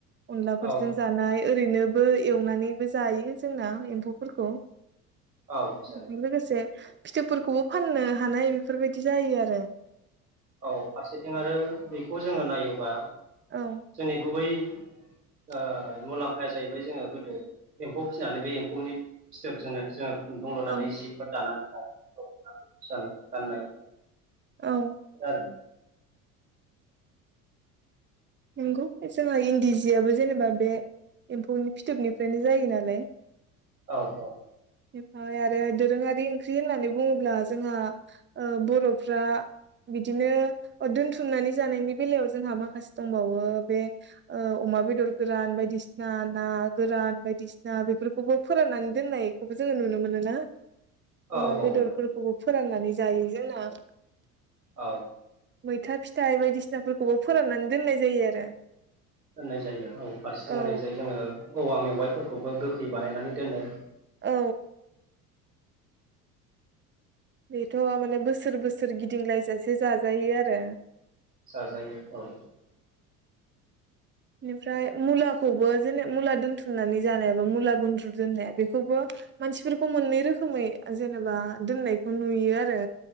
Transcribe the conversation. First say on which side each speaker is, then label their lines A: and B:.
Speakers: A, on the right; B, on the right.
A: अनलाफोरजों
B: औ
A: जानाय ओरैनोबो एवनानैबो जायो जोंना एम्फौफोरखौ
B: औ जायो।
A: बिजों लोगोसे फिथोबफोरखौबो फाननो हानाय बेफोरबायदि जायो आरो
B: औ फारसेथिं आरो बेखौ जोङो नायोबा
A: औ
B: जोंनि गुबै
A: <inaudible>
B: ओ‌ मुलाम्फाया जाहैबाय जोङो गोदो एम्फौ फिसिनानै बे एम्फौनि फिथोबजोंनो जोङो खुन्दुं लुनानै
A: औ
B: जिफोर दानानै लानाय गाननाय जोमनाय
A: औ
B: <inaudible>
A: नंगौ जोंहा इन्दि जियाबो जेनेबा बे एम्फौनि फिथोबनिफ्रायनो जायो नालाय
B: औ औ
A: बेनिफ्राय आरो दोरोङारि ओंख्रि होननानै बुङोब्ला जोंहा बर'फ्रा बिदिनो दोनथुमनानै जानायनि बेलायाव जोंहा माखासे दंबावो बे अमा बेदर गोरान बायदिसिना ना गोरान बायदिसिना बे बेफोरखौबो फोराननानै दोननायखौबो जोङो नुनो मोनोना
B: औ
A: अमा
B: औ
A: बेदरफोरखौबो
B: औ
A: फोराननानै जायो जोंना
B: औ
A: मैथा फिथाइ बायदिसिनाफोरखौबो फोराननानै दोननाय जायो आरो
B: दोननाय जायो औ फारसेथिं
A: औ
B: ओरैजाय जोङो औवा मेवाइफोरखौबो गोखै बानायनानै दोनो
A: औ बेथ' माने बोसोर बोसोर गिदिंलायजासे जाजायो आरो
B: जाजायो औ
A: बेनिफ्राय मुलाखौबो जेने मुला दोनथुमनानै जानायाबो मुला गुन्द्रु दोननाया बेखौबो मानसिफोरखौ मोननै रोखोमै जेनेबा दोननायखौ नुयो आरो